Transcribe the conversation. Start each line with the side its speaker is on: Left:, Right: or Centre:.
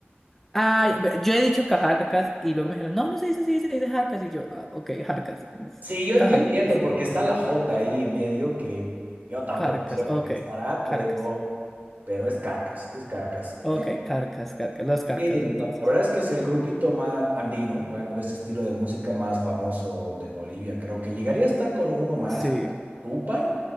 Centre: Ay, ve- yo he dicho cajarcas y luego me dijeron, no, no se dice así, se dice jarcas. Y yo, ah, ok, jarcas, entonces,
Right: Sí, yo,
Centre: cajarcas.
Right: yo entiendo porque está la J ahí en medio que yo tampoco
Centre: Carcas,
Right: sé por
Centre: ok,
Right: qué estará,
Centre: carcas,
Right: pero, pero es Carcas, es Carcas.
Centre: ok,
Right: Eh,
Centre: carcas, carcas, los carcas
Right: sí,
Centre: entonces.
Right: la, la verdad es que es el grupito más andino, bueno, de ese estilo de música más famoso de Bolivia. Creo que llegaría a estar con uno más,
Centre: Sí,
Right: Tupac,